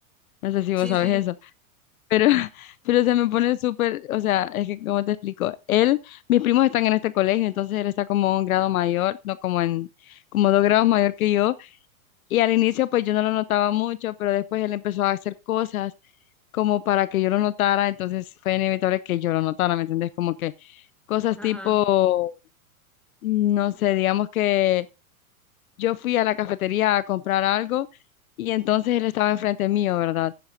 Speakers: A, on the left; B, in the centre.
A: No sé si
B: sí,
A: vos sabes
B: sí,
A: eso, pero, <laughs> pero se me pone súper, o sea, es que, ¿cómo te explico? Él, mis primos están en este colegio, entonces él está como un grado mayor, no como en, como dos grados mayor que yo, y al inicio pues yo no lo notaba mucho, pero después él empezó a hacer cosas como para que yo lo notara, entonces fue inevitable que yo lo notara, ¿me entendés? Como que cosas
B: ajá,
A: tipo, no sé, digamos que yo fui a la cafetería a comprar algo y entonces él estaba enfrente mío, ¿verdad?